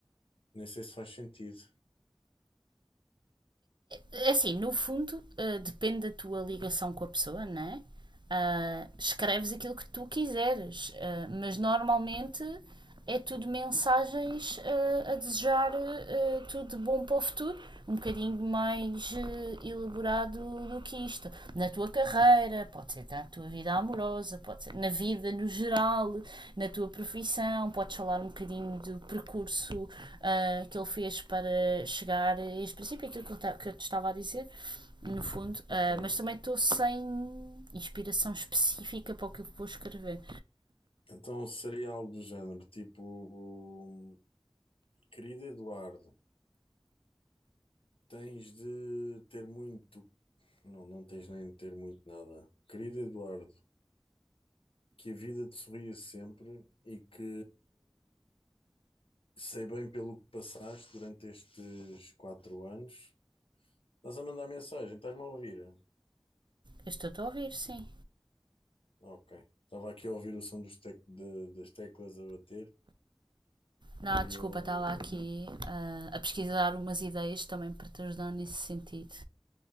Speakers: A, on the left; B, on the right.
A: Nem sei se faz sentido.
B: É assim, no fundo, eh, depende da tua ligação com a pessoa, não é? ah, escreves aquilo que tu quiseres, ah, mas normalmente é tudo mensagens ah, a desejar ah, tudo de bom para o futuro, um bocadinho mais ah, elaborado do que isto. Na tua carreira, pode ser na tua vida amorosa, pode ser na vida no geral, na tua profissão, podes falar um bocadinho do percurso ah, que ele fez para chegar a este princípio, aquilo que eu, que eu te estava a dizer, no fundo,
A: Ok.
B: Ah, mas também estou sem inspiração específica para o que eu vou escrever.
A: Então seria algo do género, tipo, querido Eduardo, tens de ter muito Não, não tens nem de ter muito nada. Querido Eduardo, que a vida te sorria sempre e que sei bem pelo que passaste durante estes quatro anos. Estás a mandar mensagem, estás-me a ouvir?
B: Eu estou-te a ouvir, sim.
A: Ok. Estava aqui a ouvir o som dos tec- de- das teclas a bater
B: Não,
A: e
B: desculpa,
A: eu,
B: está lá
A: eu...
B: aqui ah, a pesquisar umas ideias também para te ajudar nesse sentido.